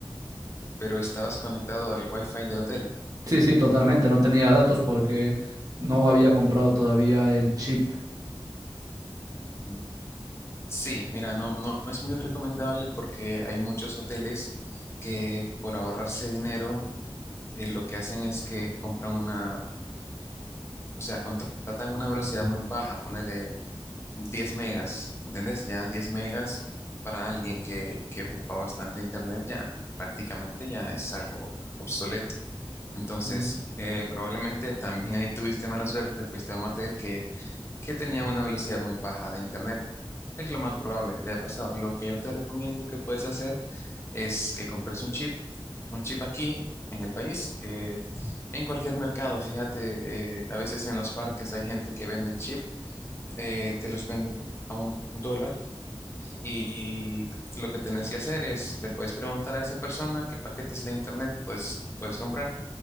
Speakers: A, on the left; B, on the right.
A: pero estabas conectado al Wi-Fi del hotel.
B: sí, sí, totalmente, no tenía datos porque no había comprado todavía el chip.
A: Mm. Sí, mira, no, no es muy recomendable porque hay muchos hoteles que por ahorrarse dinero, eh, lo que hacen es que compran una, o sea, contratan una velocidad muy baja, ponele 10 megas, ¿entendés? Ya 10 megas para alguien que, que ocupa bastante internet, ya prácticamente ya es algo obsoleto. Entonces,
B: Mm,
A: eh, probablemente también ahí tuviste mala suerte, te fuiste a un hotel que que tenía una velocidad muy baja de internet. Es lo más probable que te haya pasado. Lo que yo te recomiendo que puedes hacer es que compres un chip, un chip aquí en el país, eh, en cualquier mercado. Fíjate, eh, a veces en los parques hay gente que vende el chip, eh, te los venden a un dólar y lo que tenés que hacer es, le puedes preguntar a esa persona qué paquetes de internet pues, puedes comprar